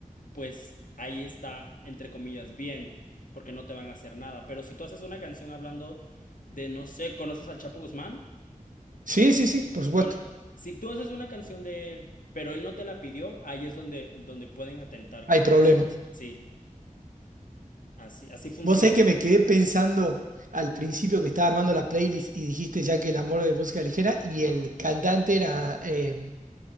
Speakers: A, on the left; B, on the right.
A: pues ahí está, entre comillas, bien, porque no te van a hacer nada. Pero si tú haces una canción hablando de, no sé, ¿conoces al Chapo Guzmán?
B: Sí, sí, sí, por supuesto,
A: Bueno, si tú haces una canción de él, pero él no te la pidió, ahí es donde, donde pueden atentar contra
B: hay problemas.
A: ti. Sí, así, así funciona.
B: Vos sabés que me quedé pensando al principio que estaba armando la playlist y dijiste ya que el amor de música ligera y
A: Ajá.
B: el cantante era... eh,